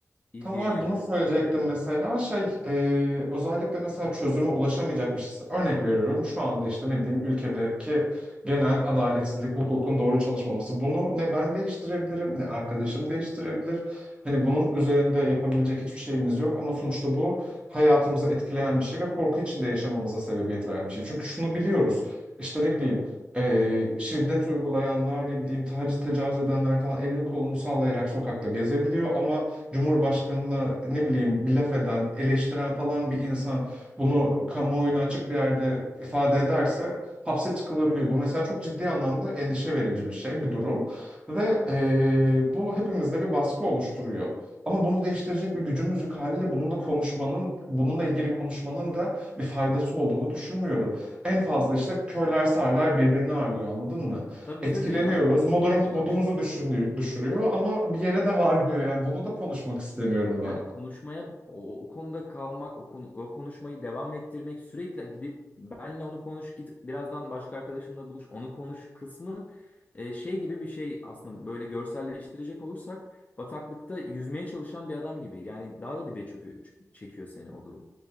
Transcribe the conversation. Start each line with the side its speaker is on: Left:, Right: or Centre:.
Left: ilgileniyormuşuz
Right: Tam olarak bunu söyleyecektim
Left: gibi geliyor ya.
Right: mesela şey e, özellikle mesela çözüme ulaşamayacak bir şeyse örnek veriyorum şu anda işte ne bileyim ülkedeki genel adaletsizlik hukukun doğru çalışmaması bunu ne ben değiştirebilirim ne arkadaşım değiştirebilir hani bunun üzerinde yapabilecek hiçbir şeyimiz yok ama sonuçta bu hayatımızı etkileyen bir şey ve korku içinde yaşamamıza sebebiyet veren bir şey çünkü şunu biliyoruz işte ne bileyim e, şiddet uygulayanlar ne bileyim taciz tecavüz edenler falan elini kolunu sallayarak sokakta gezebiliyor ama Cumhurbaşkanına ne bileyim bir laf eden, eleştiren falan bir insan bunu kamuoyuna açık bir yerde ifade ederse hapse tıkılabiliyor. Bu mesela çok ciddi anlamda endişe verici bir şey, bir durum. Ve
Left: Evet.
Right: eee, bu hepimizde bir baskı oluşturuyor. Ama bunu değiştirecek bir gücümüz yok haliyle bununla konuşmanın, bununla ilgili konuşmanın da bir faydası olduğunu düşünmüyorum. En fazla işte körler sağırlar birbirini ağırlıyor anladın mı?
Left: Tabii
Right: etkileniyoruz.
Left: tabii. Yani konuşmaya
Right: Modum,
Left: çalışma.
Right: modumuzu düşürü- düşürüyor ama bir yere de varmıyor yani. Bunu da konuşmak istemiyorum
Left: Yani
Right: ben.
Left: konuşmaya o, o konuda kalmak, o, konu, o konuşmayı devam ettirmek, sürekli gidip benle onu konuş, git birazdan başka arkadaşınla buluş, onu konuş kısmı e, şey gibi bir şey aslında böyle görselleştirecek olursak bataklıkta yüzmeye çalışan bir adam gibi. Yani daha da dibe çöküyor, ç- çekiyor seni o durum.